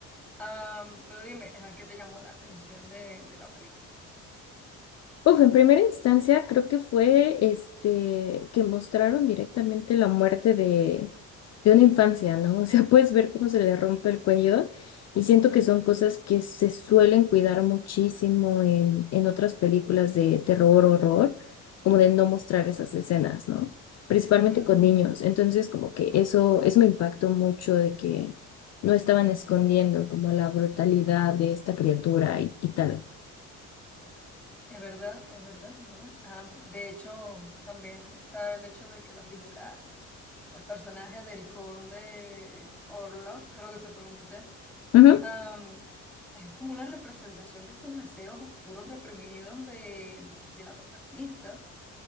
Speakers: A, in the centre; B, on the left.
A: Am, pero dime, ajá, ¿qué te llamó la atención de, de la película?
B: Uf, en primera instancia creo que fue este que mostraron directamente la muerte de, de una infancia, ¿no? <laughs> O sea, puedes ver cómo se le rompe el cuello y siento que son cosas que se suelen cuidar muchísimo en, en otras películas de terror, horror, como de no mostrar esas escenas, ¿no? Principalmente
A: Ujú,
B: con niños. Entonces, como que eso, eso me impactó mucho de que no estaban escondiendo como la brutalidad de esta criatura y, y tal.
A: Es verdad, es verdad, es verdad. Am, de hecho, también está el hecho de que la figura o el personaje del conde Orlok, creo que se pronuncia,
B: Ujú.
A: am, es como una representación de estos deseos oscuros reprimidos de, de la protagonista.